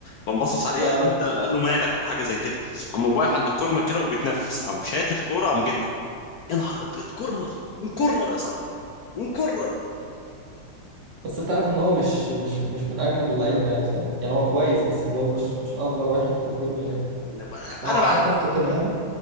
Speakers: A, on the left; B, on the right.
A: فانبصص عليه
B: اه
A: قال له انت قال له مالك او حاجه زي كده قام هو واقف عند الكورنر كده وبيتنفس قام شات الكوره قام جت جول يا نهار ابيض كورنر من كورنر يا صاحبي من كورنر
B: بس انت عارف ان هو مش مش مش من اجمد اللعيبة يعني صح يعني هو كويس بس اللي هو مش مش افجر واحد في الدنيا يعني
A: انا
B: هو حتى في توتنهام